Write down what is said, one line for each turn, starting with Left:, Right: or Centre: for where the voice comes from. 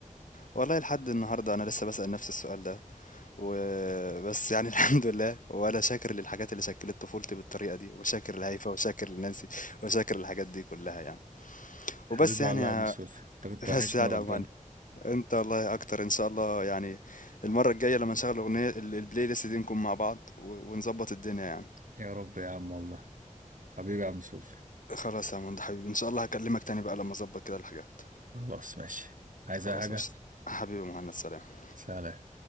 Left: والله لحد النهارده أنا لسه باسأل نفسي السؤال ده. وبس يعني <laughs> الحمد لله وأنا شاكر للحاجات اللي شكلت طفولتي بالطريقة دي وشاكر لهيفا وشاكر لنانسي وشاكر للحاجات دي كلها يعني
Right: حبيبي
Left: وبس يعني
Right: والله
Left: ع-
Right: يا عم سوفي انت كنت
Left: <laughs>
Right: وحشني
Left: بس يعني
Right: وربنا
Left: يا مان انت والله اكتر ان شاء الله يعني المرة الجاية لما نشغل اغنية ال- البلاي ليست دي نكون مع بعض و- ونظبط الدنيا يعني
Right: يا رب يا عم والله حبيبي يا عم سوفي
Left: خلاص يا مهند حبيبي ان شاء الله هكلمك تاني بقى لما اظبط كده الحاجات
Right: خلاص ماشي عايز
Left: خلاص
Right: أي حاجة
Left: ماشي حبيبي مهند سلام
Right: سلام